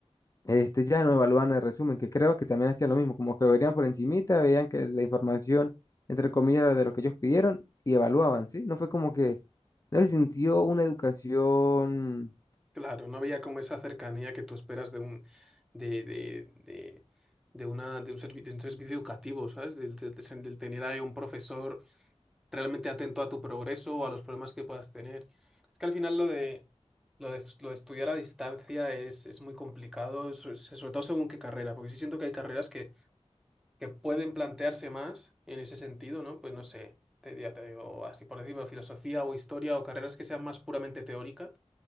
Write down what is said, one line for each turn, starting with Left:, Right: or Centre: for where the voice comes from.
Left: este, ya nos evalúan el resumen, que creo que también hacían lo mismo, como que lo verían por encimita, veían que la información, entre comillas, era de lo que ellos pidieron, y evaluaban, ¿sí? No fue como que, no se sintió una educación,
Centre: claro, no había como esa cercanía que tú esperas de un de, de, de, de una de un servicio, de un servicio educativo, ¿sabes? Del, del- del- del tener ahí un profesor realmente atento a tu progreso o a los problemas que puedas tener. Es que al final lo de lo de, es- lo de estudiar a distancia es, es muy complicado, so- so- sobre todo según qué carrera, porque sí siento que hay carreras que que pueden plantearse más en ese sentido, ¿no? Pues no sé, te, ya te digo, así por decirlo, filosofía o historia o carreras que sean más puramente teóricas,